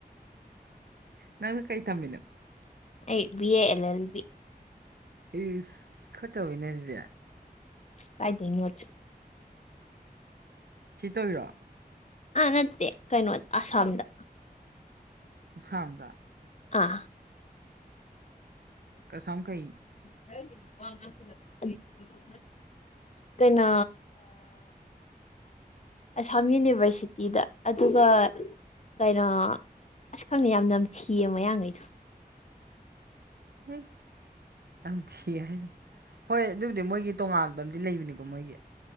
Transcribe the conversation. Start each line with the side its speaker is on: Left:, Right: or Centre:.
Right: ꯅꯪ ꯀꯩ ꯇꯝꯃꯤꯅꯣ
Left: ꯑꯩ B A L L B
Right: ꯏꯁ ꯈꯔꯥꯇꯧꯏꯅꯦ ꯑꯗꯨꯗꯤ
Left: ꯀꯥꯏꯗꯤꯅꫭ ꯏꯠ
Right: ꯁꯤ ꯇꯧꯎꯔꯔꯣ
Left: ꯑꯥ ꯅꯠꯇꯦ ꯀꯩꯅꯣꯗ ꯑꯁꯥꯝꯗ
Right: ꯑꯁꯥꯝꯗ
Left: ꯑꯥ
Right: ꯀꯁꯥꯝꯈꯩ
Left: UNINTELLIGIBLE ꯀꯩꯅꯣ ꯑꯁꯥꯝ ꯌꯨꯅꯤꯕꯔꯁꯤꯇꯤꯗ ꯑꯗꯨꯒ ꯀꯩꯅꯣ ꯑꯁ ꯈꯪꯅ ꯌꯥꯝ ꯅꯝꯊꯤꯌꯦ ꯃꯌꯥꯡꯈꯩꯗꯣ
Right: ꯍꯥꯝ ꯅꯥꯝ ꯊꯤ ꯍꯥꯏꯗꯤ ꯍꯣꯏ ꯑꯗꯨꯕꯨꯗꯤ ꯃꯣꯏꯒꯤ ꯇꯣꯉꯥꯟꯕ ꯑꯃꯗꯤ ꯂꯩꯕꯅꯤꯀꯣ ꯃꯣꯏꯒꯤ